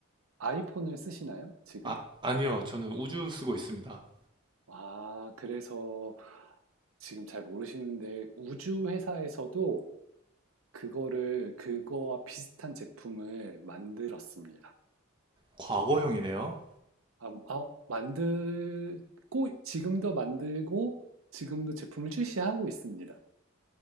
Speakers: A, on the right (about 80°); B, on the right (about 25°).
A: 아이폰을 쓰시나요? 지금?
B: 아, 아니요. 저는 우주 쓰고 있습니다.
A: 아, 그래서 지금 잘 모르시는데 우주 회사에서도 그거를 그거와 비슷한 제품을 만들었습니다.
B: 과거형이네요.
A: 아, 아, 만들고 지금도 만들고 지금도 제품을 출시하고 있습니다.